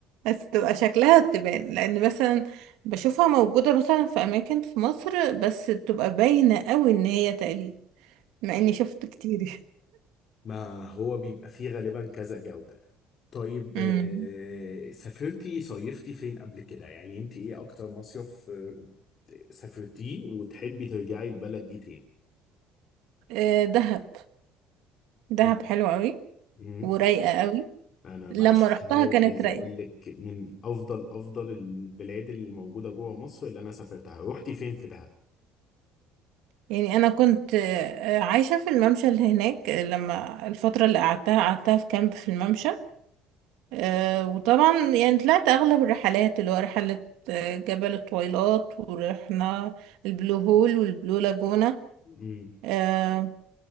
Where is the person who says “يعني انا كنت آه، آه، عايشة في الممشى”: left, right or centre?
Right